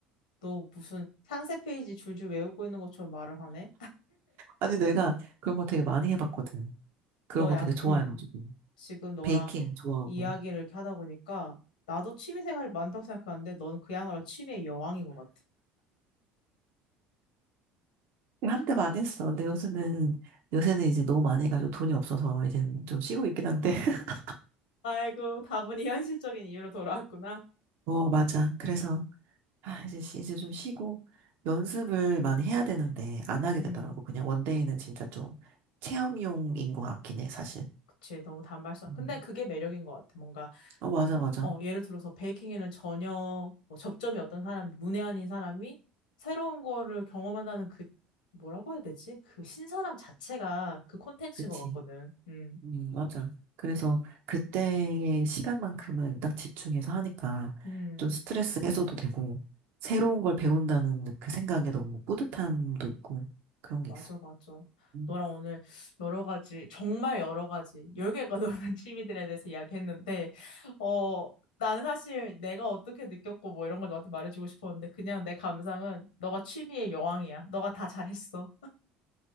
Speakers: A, on the left (about 75°); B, on the right (about 55°).
A: 너 무슨 상세 페이지 줄줄 외우고 있는 것처럼 말을 하네?
B: 아니 내가 그런 거 되게 많이 해봤거든. 그런
A: 너
B: 거
A: 약,
B: 되게 좋아해가지고.
A: 응. 지금 너랑
B: 베이킹 좋아하고.
A: 이야기를 이렇게 하다 보니까 나도 취미 생활이 많다고 생각하는데 넌 그야말로 취미의 여왕인 것 같아.
B: 한때 많이 했어. 근데 요새는, 요새는 이제 너무 많이 해가지고 돈이 없어서 이제 좀 쉬고 있긴 한데. <laughs>
A: 아이고, 다분히 현실적인 이유로 돌아왔구나.
B: 어, 맞아. 그래서, 아, 이제, 쉬- 이제 좀 쉬고 연습을 많이 해야 되는데 안 하게
A: 음,
B: 되더라고. 그냥 원데이는 진짜 좀 체험용인 것 같긴 해, 사실.
A: 그치. 너무 단발성.
B: 음.
A: 근데 그게 매력인 것 같아. 뭔가
B: 어, 맞아,
A: 이-
B: 맞아.
A: 어, 예를 들어서 베이킹에는 전혀 뭐 접점이 어떤 사람이, 문외한인 사람이 새로운 거를 경험한다는 그, 뭐라고 해야 되지? 그 신선함 자체가 그 콘텐츠인
B: 그치.
A: 것 같거든. 음,
B: 음, 맞아. 그래서 그때의 시간만큼은 딱 집중해서 하니까
A: 음,
B: 좀 스트레스 해소도 되고, 새로운 걸 배운다는 그 생각에 너무 뿌듯함도 있고, 그런 게
A: 맞아,
B: 있어.
A: 맞아.
B: 음.
A: 너랑 오늘 여러 가지, 정말 여러 가지, 열 개가 넘는 <laughs> 취미들에 대해서 이야기했는데, 어, 나는 사실 내가 어떻게 느꼈고 뭐 이런 걸 너한테 말해주고 싶었는데, 그냥 내 감상은 너가 취미의 여왕이야. 너가 다 잘했어.